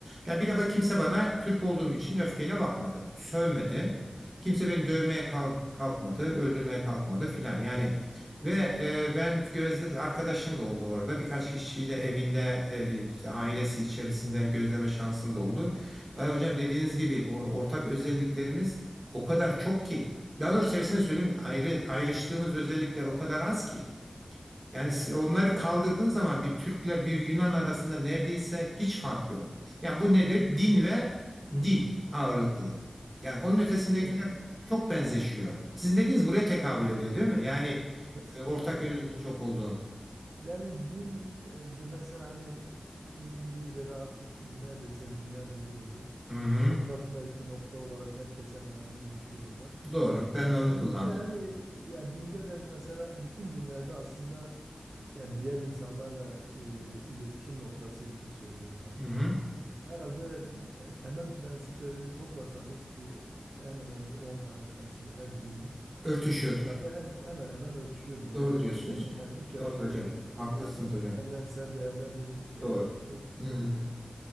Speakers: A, on the right (about 25°); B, on the right (about 85°).
A: Ya bir defa kimse bana Türk olduğum için öfkeyle bakmadı. Sövmedi. Kimse beni dövmeye kalk- kalkmadı, öldürmeye kalkmadı filan. Yani ve e, ben gözle arkadaşım da oldu orada. Birkaç kişiyle evinde e, işte ailesi içerisinde gözleme şansım da oldu. Vay hocam dediğiniz gibi o, ortak özelliklerimiz o kadar çok ki. Daha doğrusu tersini söyleyeyim ayrı ayrıştığımız özellikler o kadar az ki. Yani siz onları kaldırdığın zaman bir Türk'le bir Yunan arasında neredeyse hiç fark yok. Ya bu nedir? Din ve dil ağırlıklı. Yani onun ötesindekiler
B: Evet.
A: çok benzeşiyor. Sizin dediğiniz buraya tekabül ediyor değil mi? Yani
B: Kesinlikle
A: e, ortak
B: aynen.
A: yönümüzün çok olduğu.
B: Yani dil e, de mesela hani şimdi İngilizce de artık neredeyse dünya dili oldu.
A: Hı hı.
B: Ortak belki nokta olarak herkes hemen hemen buluşuyor orada.
A: Doğru. Ben
B: E,
A: onu
B: dinde
A: kullandım.
B: de yani ya dinde de mesela bütün dinlerde aslında yani diğer insanlarla e, iletişim noktası için söylüyorum hani.
A: Hı hı.
B: Herhalde e, temel prensiplerini toplasanız bir e, en önemli 10 tane prensibi her dinin
A: Örtüşüyordur.
B: Herhalde hem- hemen hemen örtüşüyordur yani
A: Doğru diyorsunuz.
B: değil mi? Yani üç aşağı
A: Doğru hocam.
B: beş yukarı
A: Haklısınız
B: bu
A: hocam.
B: evrensel değerler dediğimiz şeyde
A: Doğru.
B: örtüşüyordur
A: Hı.
B: yani.